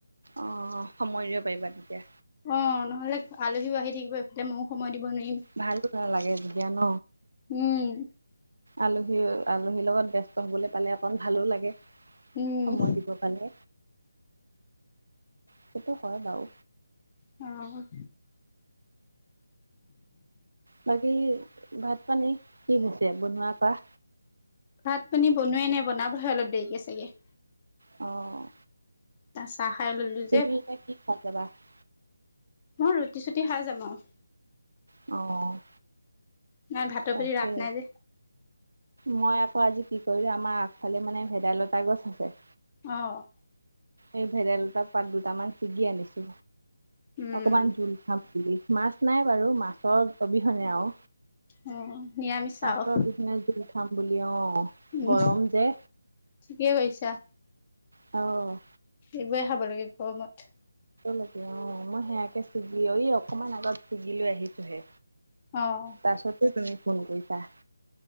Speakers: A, on the right (about 75°); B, on the left (about 25°).
A: অ', সময় দিব পাৰিবা তেতিয়া।
B: অ', নহ'লে আলহীও আহি থাকিব এইফালে ময়ো সময় দিব নোৱাৰিম।
A: ভালো নালাগে তেতিয়া ন।
B: উম
A: আলহী আলহীৰ লগত ব্যস্ত হবলৈ পালে অকণ ভালো লাগে।
B: উম
A: সময় দিব পালে, সেইটো হয় বাৰু।
B: অ'।
A: বাকী ভাত পানী, কি হৈছে বনোৱাৰ কৰা।
B: ভাত পানী বনোৱাই নাই বনাবহে অলপ দেৰিকে চাগে।
A: অ'।
B: ত চাহ খাই ললো
A: তুমি
B: যে।
A: <unintelligible>
B: মই ৰুটি চুটি খাই যাম আৰু।
A: অ'।
B: ইমান ভাতৰ
A: তাকে।
B: প্ৰতি ৰাপ নাই যে
A: মই আকৌ আজি কি কৰিলো, আমাৰ আগফালে মানে ভেদাইলতা গছ আছে
B: অ'।
A: এই ভেদেলতা পাত দুটামান ছিগি আনিছো,
B: উম
A: অকমান জোল খাম বুলি। মাছ নাই বাৰু, মাছৰ অবিহনে আৰু।
B: অ নিৰামিষ
A: মাছৰ
B: আৰু
A: বিছনা জোই খাম বুলি অ'
B: উম
A: গৰম যে।
B: ঠিকে কৈছা।
A: অ'।
B: এইবোৰে খাব লাগে গৰমত।
A: ল অ' মই সেয়াকে ছিগি অ' অকমান আগত ছিগি লৈ আহিছোহে।
B: অ'।
A: তাৰপাছতে তুমি ফোন কৰিছা।